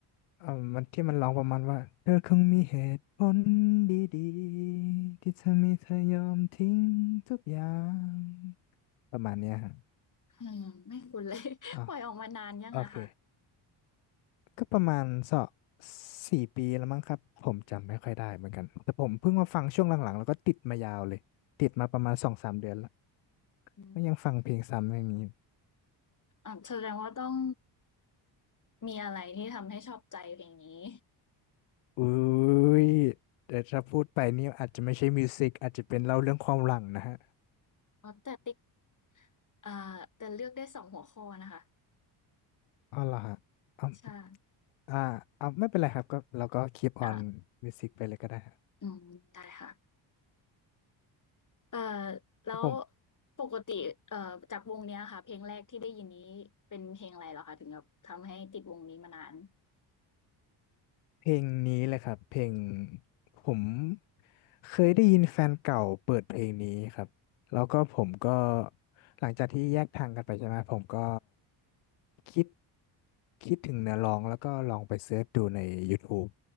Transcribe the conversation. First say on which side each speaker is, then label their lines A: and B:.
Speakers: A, on the left; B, on the left.
A: เอ่อมันที่มันร้องประมาณว่าเธอคงมีเหตุผลดีๆที่ทำให้เธอยอมทิ้งทุกอย่างประมาณเนี้ยฮะ
B: อืมไม่คุ้นเลย <laughs>
A: อ๋อ
B: ปล่อยออกมานานยังอะคะ
A: โอเคก็ประมาณสองสี่ปีแล้วมั้งครับผมจำไม่ค่อยได้เหมือนกันแต่ผมเพิ่งมาฟังช่วงหลังๆแล้วก็ติดมายาวเลยติดมาประมาณสองสามเดือนแล้ว
B: อืม
A: ก็ยังฟังเพลงซ้ำอย่างนี้
B: อ่ะแสดงว่าต้อง มีอะไรที่ทำให้ชอบใจเพลงนี้
A: อุ้ยแต่ถ้าพูดไปนี่อาจจะไม่ใช่มิวสิกอาจจะเป็นเล่าเรื่องความหลังนะฮะ
B: <laughs> อ๋อแต่ติ๊กอ่าแต่เลือกได้2หัวข้อนะคะ
A: อ๋อเหรอฮะอ่า
B: ใช่
A: อ่าอ่าไม่เป็นไรครับก็เราก็คีปออนมิวสิกไปเลยก็ได้ครับ
B: อาอืมได้ค่ะเอ่อแล้ว
A: ครับผม
B: ปกติเอ่อจากวงเนี้ยค่ะเพลงแรกที่ได้ยินนี้เป็นเพลงอะไรเหรอคะถึงแบบทำให้ติดวงนี้มานาน
A: เพลงนี้เลยครับเพลงผมเคยได้ยินแฟนเก่าเปิดเพลงนี้ครับแล้วก็ผมก็หลังจากที่แยกทางกันไปใช่ไหมผมก็คิดคิดถึงเนื้อร้องแล้วก็ลองไปเสิร์ชดูใน YouTube